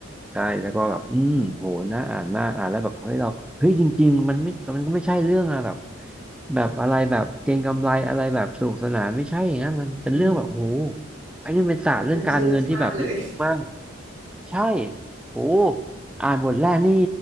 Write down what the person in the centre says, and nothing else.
ใช่แล้วก็แบบอืมโหน่าอ่านมากอ่านแล้วแบบทำให้เราเฮ้ยจริงๆมันไม่มันก็ไม่ใช่เรื่องอะแบบแบบอะไรแบบเก็งกำไรอะไรแบบสนุกสนานไม่ใช่อย่างนั้นมันเป็นเรื่องแบบโห
อันนี้มันเป็นศาสตร์เรื่องการเงินที่แบบลึกมาก
ใช่โอ้อ่านบทแรกนี่